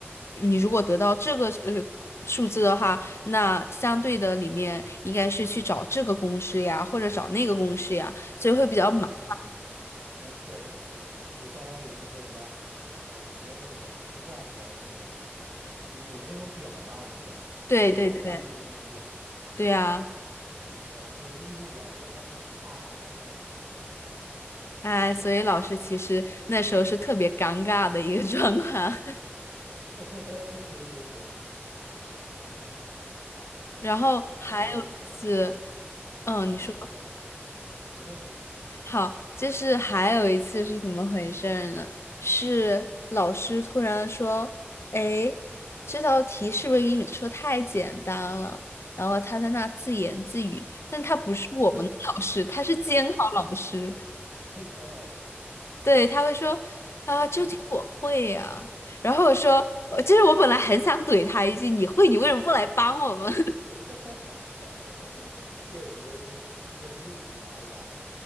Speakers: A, on the left; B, on the right.
A: 你如果得到这个呃数字的话，那相对的里面应该是去找这个公式呀，或者找那个公式呀，所以会比较麻烦。
B: 嗯，那确实确实，就相当于那个什么，呃，很多那种计算的那种，有有那种表吗？我记得就是算利率的那种表，
A: 对对对，对呀。
B: 哦，那种利率表，我当时一看看都眼晕了，
A: 哎，所以老师其实那时候是特别尴尬的一个 <laughs> 状况。<laughs>
B: <laughs> 是是是。嗯，
A: 然后还有一次，
B: 那这考试
A: 嗯，
B: 啊，
A: 你说
B: 你说，你说，你说，
A: 好，就是还有一次是怎么回事儿呢？是老师突然说：“哎，这道题是不是英语说太简单了？”然后他在那自言自语，但他不是我们的老师，
B: <laughs>
A: 他是监考老师。
B: 监考老师，
A: 对，他会说啊，这题我会呀、
B: 嗯，
A: 然后我说，我其实我本来很想怼他一句，你会，你为什么不来帮我们？<laughs>
B: <laughs> 确实嗯忍不住吐槽是吧？